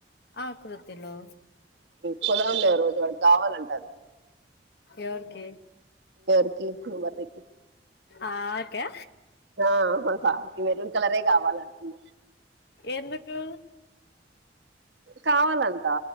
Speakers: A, on the left; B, on the right.
A: ఆకృతిలో
B: కుల ఉండ రోజు వాడి కావాలంటుండు
A: ఎవరికి
B: ఇకి ఇ మరికి <unintelligible>
A: ఆకే
B: ఆ బాబుకి మెరూన్ కలరే కావాలంటమ్మ
A: ఎందుకు
B: కావాలంట